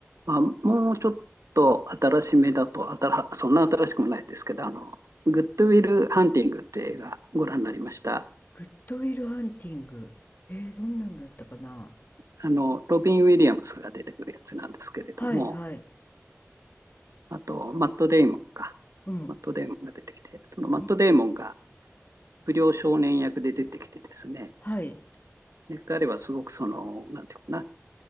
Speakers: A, on the right; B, on the left.
A: まあ、もうちょっと新しめだと、新そんな新しくもないですけど、あの、グッドウィル・ハンティングっていう映画ご覧になりました。
B: グッドウィルハンティング。えー、どんなんだったかな
A: あの、ロビン・ウィリアムスが出てくるやつなんですけれども、
B: はいはい。
A: あと、マット・デイモンか。
B: うん。
A: マット・デイモンが出てきて、そのマット・
B: み
A: デイモンが不良少年役で出てきてですね、
B: はい。
A: で彼はすごくその、なんていうかな、